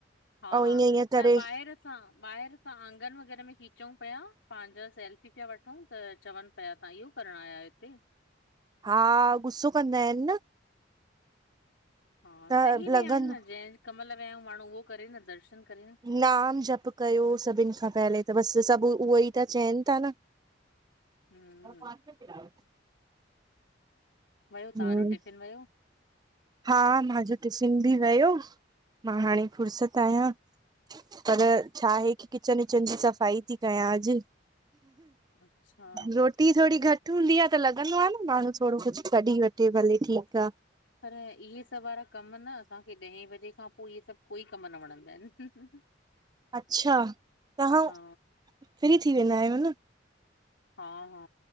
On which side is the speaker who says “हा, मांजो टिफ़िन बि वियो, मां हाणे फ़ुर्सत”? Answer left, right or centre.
Right